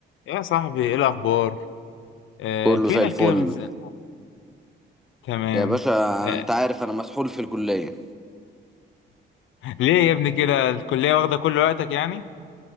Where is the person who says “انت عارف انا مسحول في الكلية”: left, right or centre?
Centre